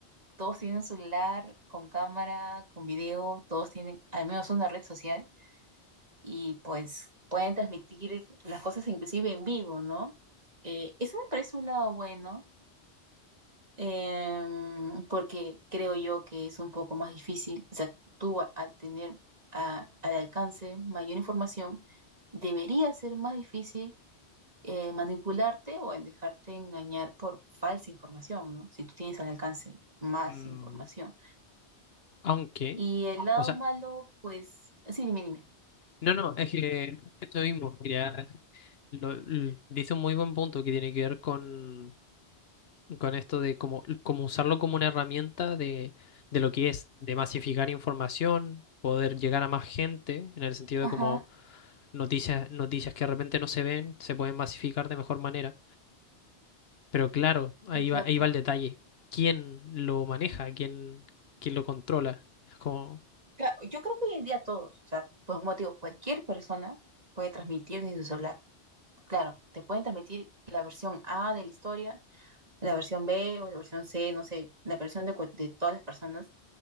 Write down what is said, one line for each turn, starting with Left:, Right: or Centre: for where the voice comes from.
Right: todos tienen un celular con cámara, con video, todos tienen al menos una red social y pues pueden transmitir las cosas inclusive en vivo, ¿no? Eh, eso me parece un lado bueno, em, porque creo yo que es un poco más difícil, o sea, tú a- al tener a- al alcance mayor información, debería ser más difícil eh, manipularte o el dejarte engañar por falsa información, ¿no? Si tú tienes al alcance más
Left: Mm,
Right: información.
Left: Aunque,
Right: Y el lado
Left: o sea,
Right: malo, pues, sí, dime, dime.
Left: no, no, es que esto mismo, quería, lo- l- dice un muy buen punto que tiene que ver con, con esto de cómo, cómo usarlo como una herramienta de, de lo que es, de masificar información, poder llegar a más gente, en el sentido
Right: Ajá,
Left: de como noticias, noticias que de repente no se ven, se pueden masificar de mejor manera. Pero claro, ahí
Right: exacto.
Left: va, ahí va el detalle. ¿Quién lo maneja? ¿Quién, quién lo controla? Es como...
Right: Ca- Yo creo que hoy en día todos, o sea, por un motivo, cualquier persona puede transmitir desde su celular. Claro, te pueden transmitir la versión A de la historia, la versión B o la versión C, no sé, la versión de, cual- de todas las personas,